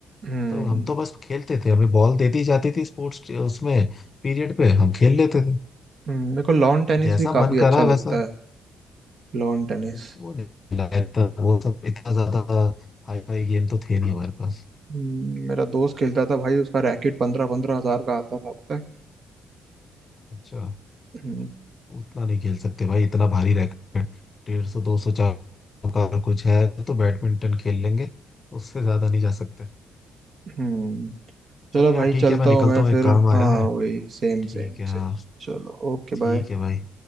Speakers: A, on the right; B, on the left.
A: हम्म
B: तो हम तो बस खेलते थे हमें बॉल दे दी जाती थी स्पोर्ट्स उसमें पीरियड पे हम खेल लेते थे
A: हम्म, मेरे को लॉन टेनिस
B: जैसा
A: भी काफी
B: मन
A: अच्छा
B: करा
A: लगता
B: वैसा
A: है लॉन टेनिस
B: वो नहीं लाया था वो सब इतना ज्यादा हाई फाई गेम तो थे नहीं हमारे पास
A: हम्म, मेरा दोस्त खेलता था भाई उसका रैकेट पंद्रह पंद्रह हजार का आता था पता है
B: अच्छा
A: हम्म,
B: उतना नहीं खेल सकते भाई इतना भारी रैकेट डेढ़ सौ दो सौ चार सौ का कुछ है तो बैडमिंटन खेल लेंगे उससे ज्यादा नहीं जा सकते
A: हम्म। चलो
B: चलो
A: भाई
B: यार ठीक
A: चलता
B: है मैं निकलता
A: हूँ मैं
B: हूँ
A: फिर
B: एक काम
A: हाँ
B: आया है
A: वही सेम
B: ठीक
A: सेम
B: है
A: सेम
B: हाँ
A: चलो ओके
B: ठीक
A: बाय
B: है भाई